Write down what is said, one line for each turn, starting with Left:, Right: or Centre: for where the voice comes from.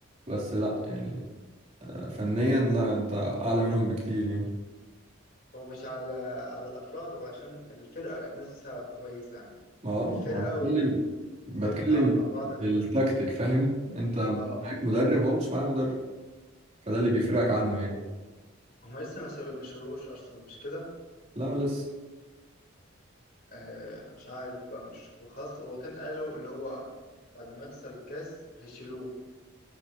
Right: بس لا يعني فنيا لا انت اعلى منهم بكتير يعني
Left: هو مش على على الأفراد هو عشان الفرقة نفسها كويسة يعني
Right: ما اه
Left: الفرقة
Right: ما بتكلم
Left: وإزاي
Right: بتكلم
Left: بتتعامل مع بعضها دي
Right: بالتكتيك
Left: كويس
Right: فاهم انت
Left: اه
Right: معاك مدرب هو مش معاه مدرب فده اللي بيفرقك عنه
Left: هو-
Right: يعني
Left: هما لسه ما سر- ما شروش أصلا مش كده
Right: لا لسه
Left: آه مش عارف بقى مش هو خلاص هو كان قالوا اللي هو بعد ما يخسر الكاس هيشيلوه